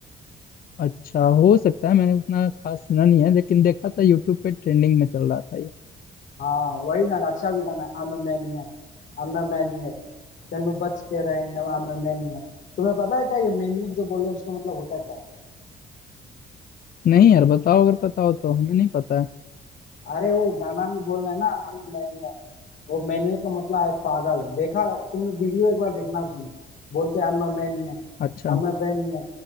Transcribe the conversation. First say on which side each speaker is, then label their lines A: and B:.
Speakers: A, on the left (about 50°); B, on the left (about 65°).
A: अच्छा हो सकता है मैंने उतना खास सुना नहीं है लेकिन देखा था यूट्यूब पे ट्रेंडिंग में चल रहा था ये
B: हाँ वही ना अच्छा भी गाना है, I'm a maniac I'm a maniac तेनू बच के रहे न, I'm a maniac तुम्हें पता है क्या ये मैनियक जो बोल रहे हैं इसका मतलब होता क्या है
A: नहीं यार बताओ अगर पता हो तो हमें नहीं पता है
B: अरे वो गाना में बोल रहे हैं ना I'm a maniac वो मैनियक का मतलब है पागल देखा तुमने वीडियो एक बार देखना उसमें बोलते हैं I'm a maniac
A: अच्छा
B: अमेबेनियन